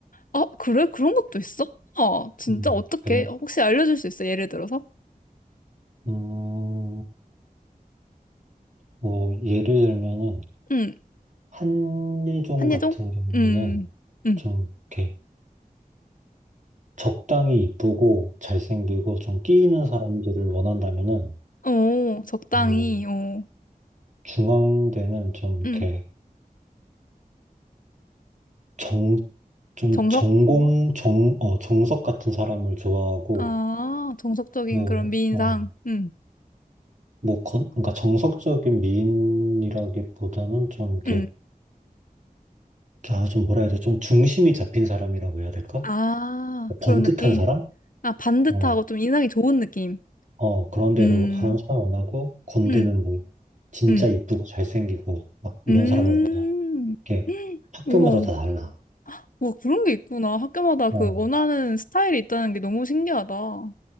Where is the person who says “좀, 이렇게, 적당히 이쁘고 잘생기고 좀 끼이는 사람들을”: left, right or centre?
Right